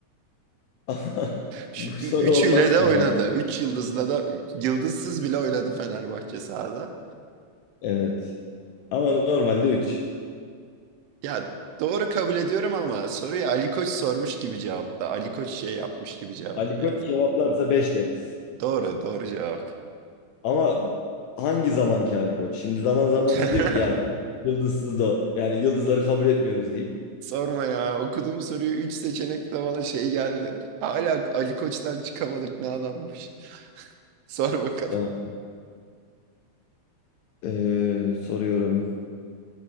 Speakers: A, on the left; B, on the right.
A: <laughs> Ama
B: Şu
A: bu
B: ü-
A: soru
B: üçüyle
A: olmaz
B: de
A: ki
B: oynadı.
A: ya.
B: Üç yıldızla da yıldızsız bile oynadı Fenerbahçe sahada.
A: Evet. Ama normalde üç
B: Ya doğru kabul ediyorum ama soruyu Ali Koç sormuş gibi cevapla. Ali Koç şey yapmış gibi cevapla
A: Ali Koç
B: yaz.
A: cevaplarsa 5 deriz.
B: Doğru, doğru cevap.
A: Ama hangi zamanki Ali Koç? Şimdi zaman zaman
B: <laughs>
A: da diyor ki ya kardeşim, yıldızsız da yani yıldızları kabul etmiyoruz deyip.
B: Sorma ya. Okuduğum soruyu 3 seçenekle bana şey geldi. Hala Ali Koç'tan çıkamadık ne adammış. Sor bakalım.
A: Evet. Ee, soruyorum.